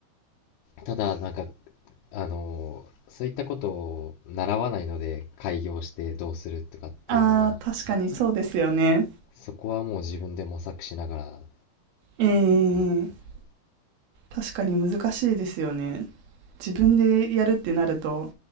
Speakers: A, on the left; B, on the right.
A: ただ、なんか、あの、そういったことを習わないので、開業してどうするとかっていうのは、
B: ああ、確かにそうですよね。
A: そこはもう自分で模索しながらっ
B: ええ
A: ていうことで。
B: 確かに難しいですよね。自分でやるってなると、